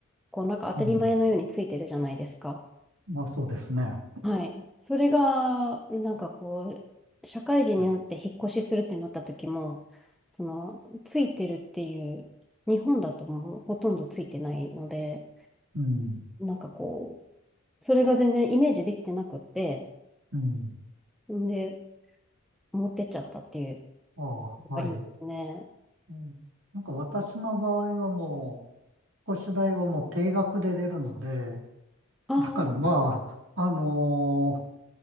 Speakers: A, in the centre; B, on the right (about 70°).
A: こうなんか当たり前のようについてるじゃないですか。
B: うん。まあそうですね。
A: はい。それが、なんかこう、社会人になって引っ越しするってなった時も、
B: うん
A: その、ついてるっていう、日本だともうほとんどついてないので、
B: うん。
A: なんかこう、それが全然イメージできてなくって、
B: うん。
A: んで、持ってっちゃったっていう、
B: ああ、はい。
A: ありますね。
B: うん、なんか私の場合はもう、越し代はもう定額で出るので、
A: ああ、
B: だからまあ、あのー